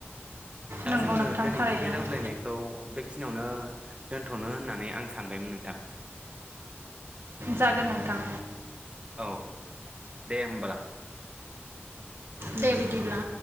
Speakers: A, on the right; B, on the right.
A: दा
B: नंगौ
A: जोङो
B: नोंथां
A: दोनैनि
B: थारैनो
A: बे रावलायनायखौ बे खिनावनो दोनथ'नो होननानै आं सानबायमोन नोंथां।
B: जागोन नोंथां
A: औ दे होनब्ला।
B: दे बिदिब्ला